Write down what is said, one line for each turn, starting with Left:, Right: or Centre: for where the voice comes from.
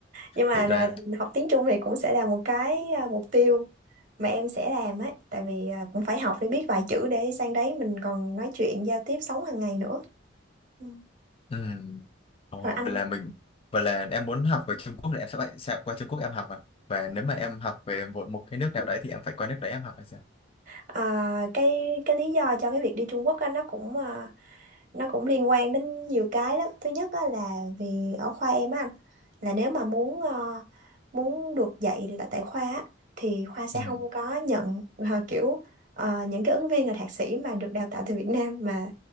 Right: nhưng mà
Left: thì ra
Right: là học tiếng Trung thì cũng sẽ là một cái à, mục tiêu mà em sẽ làm ấy tại vì à, cũng phải học để biết vài chữ để sang đấy mình còn nói chuyện giao tiếp sống hàng ngày nữa Ừ.
Left: ừ. Ồ,
Right: rồi anh
Left: vậy là mình vậy là em muốn học về Trung Quốc thì em sẽ phải sẽ qua Trung Quốc em học à và nếu mà em học về một một cái nước nào đấy thì em phải qua nước đấy em học hay sao
Right: à, cái cái lý do cho cái việc đi Trung Quốc á, nó cũng à, nó cũng liên quan đến nhiều cái lắm thứ nhất á, là vì ở khoa em á anh là nếu mà muốn ờ, muốn được dạy là tại khoa á, thì khoa sẽ
Left: ừ.
Right: không có nhận ờ, kiểu ờ, những cái ứng viên là thạc sĩ mà được đào tạo từ Việt Nam mà